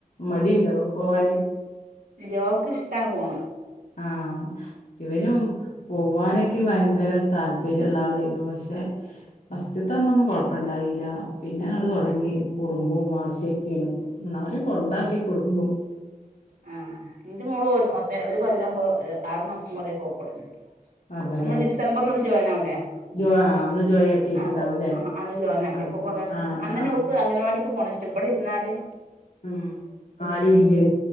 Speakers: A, on the left; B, on the right.
A: മടിണ്ടോ
B: ഉം
A: പോവാത്തത്
B: <unintelligible> ഓൾക്ക് ഇഷ്ട്ടമാണ് പോകുന്നത്
A: ആ ഇവനും പോവാനൊക്കെ ഭയങ്കര താല്പര്യള്ള ആളെനുപക്ഷേ ഫസ്റ്റ്ത്തെ അന്നൊന്നും കുഴപ്പമില്ലായിരുന്നു പിന്നെ ങ്ങട്ട് തൊടങ്ങി
B: ആ
A: കുറുമ്പും വാശിയൊക്കെ ആണ് പ്പോ. ന്നാലും കൊണ്ടാക്കി കൊടുക്കും
B: ആ ഇന്റെ മോളും ഒരു കൊല്ലം ആറുമാസം പോലെ ആയി പോവാൻ തുടങ്ങിയിട്ട്
A: അതെല്ലേ
B: നമ്മള് ഡിസംബർല് ഒന്ന് ജോയിൻ ആവുലെ
A: ജോ ആഹ് അന്ന് ജോയി ആക്കിയിട്ടുണ്ടാവൂല്ലേ
B: അ അ അന്ന് ജോയിൻ ആക്കി
A: ആഹ്
B: അപ്പൊ ഓൾക് കൊറെയൊക്കെ
A: ആഹ്
B: അന്നെന്നെ
A: ആഹ്
B: ഓൾക് അംഗൻവാടി പോണേ ഇഷ്ടംഇവിടെ ഇര്ന്നാല്
A: മ് ആരൂല്ല്യെ